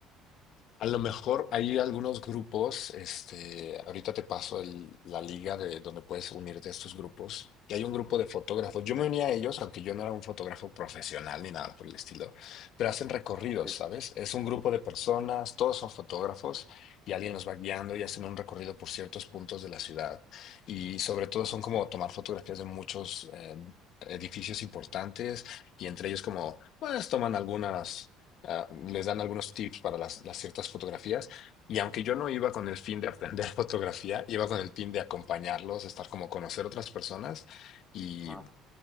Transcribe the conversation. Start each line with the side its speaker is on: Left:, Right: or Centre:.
Left: A lo mejor hay algunos grupos, este, ahorita te paso el- la liga de donde puedes unirte a estos grupos. Y hay un grupo de fotógrafos. Yo me uní a ellos, aunque yo no era un fotógrafo profesional ni nada por el estilo, pero hacen recorridos,
Centre: Ah, ok.
Left: ¿sabes? Es un grupo de personas, todos son fotógrafos y alguien los va guiando y hacen un recorrido por ciertos puntos de la ciudad. Y sobre todo son como tomar fotografías de muchos eh, edificios importantes y entre ellos como, pues toman algunas ah, les dan algunos tips para las, las ciertas fotografías. Y aunque yo no iba con el fin de aprender <laughs> fotografía, iba con el fin de acompañarlos, estar como conocer otras personas y,
Centre: Ajá.